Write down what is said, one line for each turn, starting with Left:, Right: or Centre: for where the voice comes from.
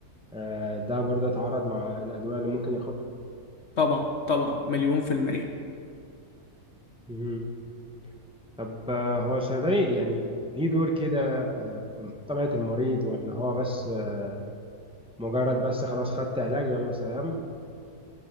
Centre: آه، ده برضه اتعارض مع الأدوية اللي ممكن
Left: طبعا طبعا مليون في المية
Centre: ياخدها طب آه، هو الصيدلي يعني ليه دور كده في طبيعة المريض ولا هو بس آه، مجرد بس خلاص خدت علاج يلا سلام